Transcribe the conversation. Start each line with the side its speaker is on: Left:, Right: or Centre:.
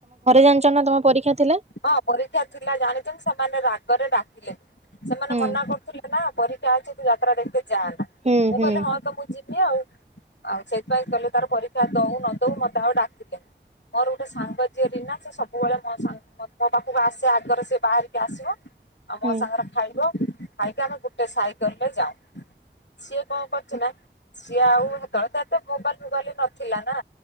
Right: ଜାଣିଛ ନା ତମ ପରୀକ୍ଷା ଥିଲା?
Left: ହଁ ପରୀକ୍ଷା ଥିଲା ଜାଣିଥିଲ ସେମାନେ ରାଗରେ ଡାକିଲେ ସେମାନେ
Right: ହୁଁ
Left: ମନା କରୁଥିଲେ ନା। ପରୀକ୍ଷା ଅଛି ତୁ ଯାତ୍ରା ଦେଖତେ ଯାନ
Right: ହୁଁ
Left: ମୁଁ
Right: ହୁଁ
Left: କହିଲି ହଁ ତ ମୁଁ ଯିବି ଆଉ। ଆଉ ସେଥିପାଇଁ କହିଲେ ତାର ପରୀକ୍ଷା ଦଉ ନଦଉ ମତେ ଆଉ ଡାକିଲେନି। ମୋର ଗୋଟେ ସାଙ୍ଗ ଯିଏ ରିନା ସେ ସବୁବେଳେ ମୋ ମୋ ପାଖକୁ ଆସେ ଆଗରେ ସେ ବାହାରିକି ଆସିବ ଆଉ
Right: ହୁଁ
Left: ମୋ ସାଙ୍ଗରେ ଖାଇବ। ଖାଇକି ଆମେ ଗୋଟେ ସାଇକେଲ ରେ ଯାଉ ସିଏ କଣ କର ନା ସିଏ ଆଉ ସେତେବେଳେ ତ ଏତେ ମୋବାଇଲ ଫୋବାଇଲ ନଥିଲା ନା